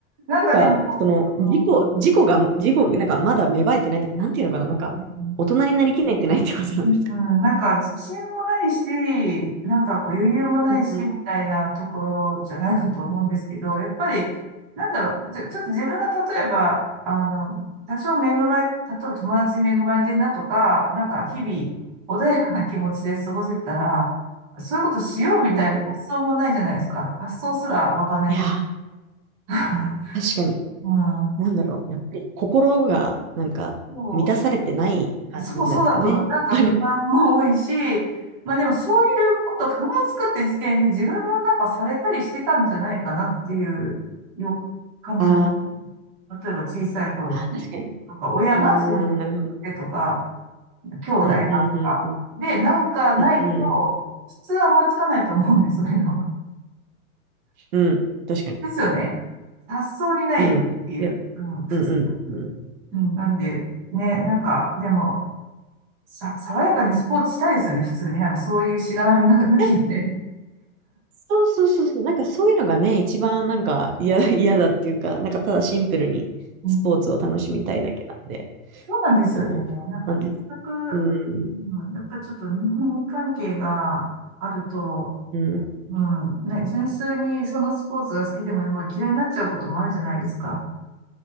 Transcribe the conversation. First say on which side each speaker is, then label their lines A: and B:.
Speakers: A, on the right; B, on the right.
A: なんかでも、
B: なんか、その、
A: あの
B: 事故、事故が、事故、なんか、まだ芽生えてないっていうか、なんていうのかな。なんか、
A: うん、
B: 大人になりきれてないってことなんですか。
A: なんか自信もないし、なんかこう余裕もないし、
B: <laughs> うんうん
A: みたいなところじゃないかと思うんですけど、
B: うん、
A: やっぱり、なんだろう、ちょ、ちょっと自分が例えば、あの、多少恵まれ、例えば友達に恵まれてるなとか、なんか日々穏やかな気持ちで過ごせたら、そういうことしようみたいな発想もないじゃないですか。
B: うん、うん。
A: 発想すら湧かない。
B: いや
A: <laughs>
B: ー、確かに。
A: うん。
B: なんだろう。やっぱり心がなんか満たされてない感じなんですかね。
A: そうそうそうだと思う。なんか不満も多いし、
B: やっぱり。
A: まあでもそういうこと考えつくって時点で自分もなんかされたりしてたんじゃないかなっていうよ感じも。
B: あ
A: 例えば小さい頃
B: ー、あー、確かに。
A: とか、親がそう言ってとか、
B: あー、なるほど。
A: 兄弟がとか。
B: うん、うん、うん、うん、
A: で、なんかないと、
B: うん、うん、
A: 普通は思いつかないと思うんです、そういうの。
B: うん、確かに。
A: ですよね。発想にないっていう、
B: うん。いや、
A: うん、普通。
B: うん、うん、うん。い
A: うん、なんで、ね、なんか、でも、さ、爽やかにスポーツしたいですよね、普通に。なんかそういうしがらみなんか <laughs> 抜きで。
B: や、そうそうそうそう。なんかそういうのがね、一番なんか嫌だ、<laughs> 嫌だっていうか、なんかただシンプルにスポーツを楽しみたいだけなんで。
A: うんそうなんですよね。
B: そう。
A: なんか、
B: なんです。
A: 結局、
B: うん、
A: うん、やっぱちょっと日本関係があると、
B: うん。
A: うん、ね、純粋にそのスポーツが好きでも、まあ、嫌いになっちゃうこともあるじゃないですか。